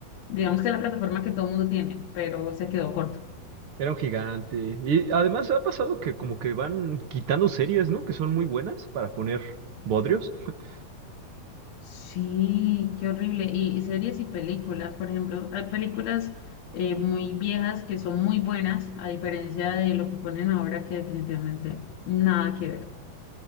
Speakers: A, on the left; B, on the right.
A: digamos que la plataforma que todo el mundo tiene, pero se quedó corto.
B: Era un gigante. Y además ha pasado que como que van quitando series, ¿no? Que son muy buenas para poner bodrios. <laughs>
A: Sí, qué horrible. Y series y películas, por ejemplo, hay películas eh, muy viejas que son muy buenas, a diferencia de lo que ponen ahora que definitivamente nada que ver.